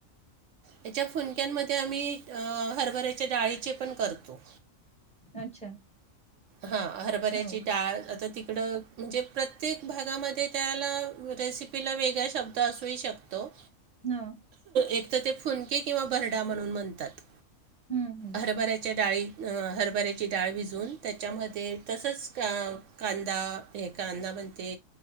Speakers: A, on the right; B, in the centre.
A: याच्या फुनक्यांमध्ये, आम्ही हरभऱ्याच्या डाळीचे पण करतो.
B: अच्छा.
A: हा हरभऱ्याची
B: हो का
A: डाळ आता ती, इकडं म्हणजे प्रत्येक भागामध्ये त्याला, रेसिपीला वेगळा शब्द असू ही शकतो.
B: हो.
A: एक तर ते फुनके किंवा भरडा म्हणून म्हणतात.
B: हम्म हम्म
A: हरभऱ्याच्या डाळीत हरभऱ्याची डाळ भिजवून त्याच्यामध्ये, तसंच का कांदा. हे कांदा म्हणते,